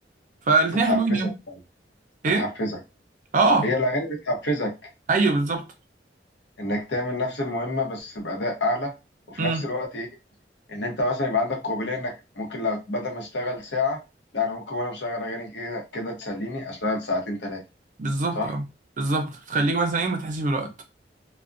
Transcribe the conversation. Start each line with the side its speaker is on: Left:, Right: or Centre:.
Right: فالاتنين
Left: بتحفزك
Right: حلوين يعني إيه؟
Left: بتحفزك
Right: أه
Left: هي الأغاني بتحفزك
Right: أيوه بالظبط
Left: إنك تعمل نفس المهمة بس بأداء أعلى وفي
Right: أمم
Left: نفس الوقت إيه إن أنت مثلا يبقى عندك قابلية إنك ممكن لو بدل ما أشتغل ساعة لا أنا ممكن وأنا مشغل أغاني كده كده تسليني أشتغل ساعتين تلاتة
Right: بالظبط
Left: صح؟
Right: أه بالظبط تخليك مثلا إيه ما تحسش بالوقت